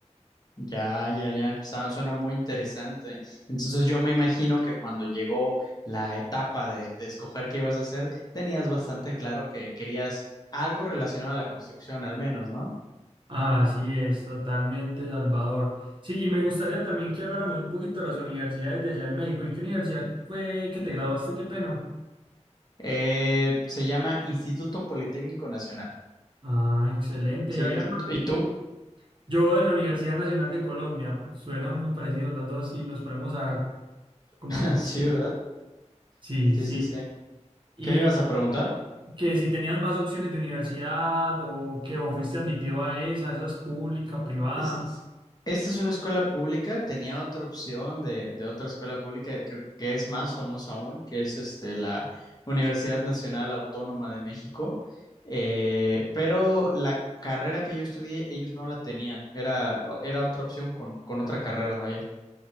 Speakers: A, on the left (about 30°); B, on the right (about 40°).
A: Ya, ya, ya. Sa- Suena muy interesante. Entonces yo me imagino que cuando llegó la etapa de, de escoger qué ibas a hacer, tenías bastante claro que querías algo relacionado a la construcción, al menos, ¿no?
B: Así es, totalmente, Salvador. Sí, y me gustaría también que habláramos un poquito de las universidades de allá en México. ¿En qué universidad fue que te graduaste? Qué pena.
A: Eh, se llama Instituto Politécnico Nacional.
B: Ah, excelente.
A: Sí,
B: Y había más.
A: ¿y, y tú?
B: Yo en la Universidad Nacional de Colombia, suena muy parecido las dos y nos ponemos a como
A: <laughs>
B: a comparar.
A: Sí, ¿verdad?
B: Sí,
A: Sí,
B: sí.
A: sí, sí.
B: Y
A: ¿Qué me ibas a preguntar?
B: que si tenías más opciones de universidad o que o fuiste admitido a esa, esa es pública, privada.
A: Es- esta es una escuela pública, tenía otra opción de, de otra escuela pública que, que es más famosa aún, que es este, la Universidad Nacional Autónoma de México, Eh, pero la carrera que yo estudié, ellos no la tenían, era, era otra opción con, con otra carrera, vaya.